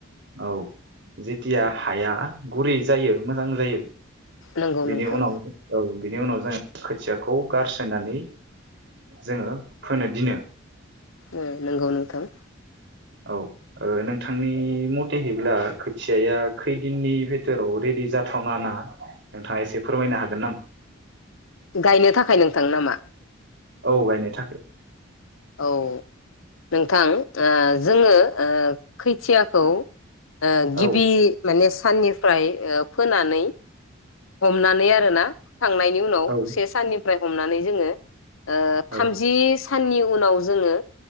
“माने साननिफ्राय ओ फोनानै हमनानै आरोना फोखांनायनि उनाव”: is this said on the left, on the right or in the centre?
Left